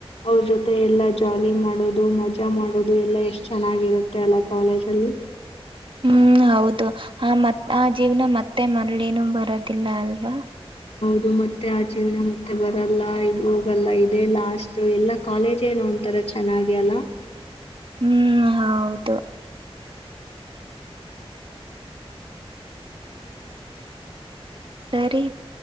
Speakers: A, on the left; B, on the right.
A: ಅವ್ರ ಜೊತೆ ಎಲ್ಲ ಜಾಲಿ ಮಾಡೋದು ಮಜಾ ಮಾಡೋದು ಎಲ್ಲ ಎಷ್ಟು ಚೆನ್ನಾಗಿರುತ್ತೆ ಅಲ್ಲ ಕಾಲೇಜಲ್ಲಿ
B: ಹ್ಮ ಹೌದು ಹೌ ಆ ಮತ್ ಆ ಜೀವ್ನ ಮತ್ತೆ ಮರಳೇನು ಬರೋದಿಲ್ಲ ಅಲ್ವಾ
A: ಇದು ಮತ್ತೆ ಆ ಜೀವನ ಮತ್ತೆ ಬರಲ್ಲ ಇಲ್ಲಿ ಹೋಗಲ್ಲ ಇದೆ ಲಾಸ್ಟ್ ಎಲ್ಲಾ ಕಾಲೇಜ ಏನೋ ಒಂತರ ಚೆನ್ನಾಗಿ ಅಲ್ಲ
B: ಹ್ಮ್ ಹೌದು ಸರಿೀಪ್